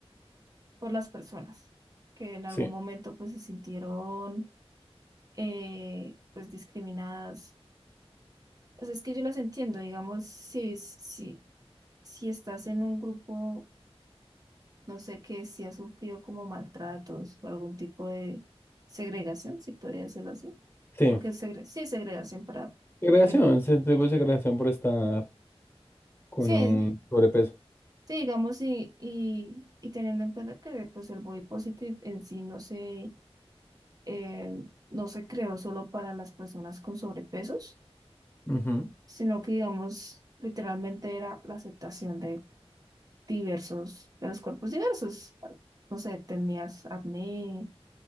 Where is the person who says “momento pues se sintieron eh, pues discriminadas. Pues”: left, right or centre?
Right